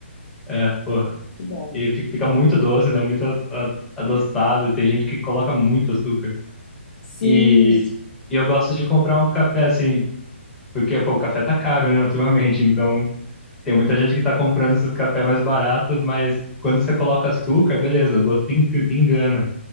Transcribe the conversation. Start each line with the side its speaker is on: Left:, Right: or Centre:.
Centre: é, pô.
Left: Muito bom.
Centre: E fi- fica muito doce, né? Muito a- a- adoçado, e tem gente que coloca muito açúcar.
Left: Sim,
Centre: E, e eu gosto de comprar um café assim, porque pô, o café tá caro, né, ultimamente. Então tem muita gente que tá comprando esses cafés mais baratos, mas quando você coloca açúcar, beleza, o gosto en- engana.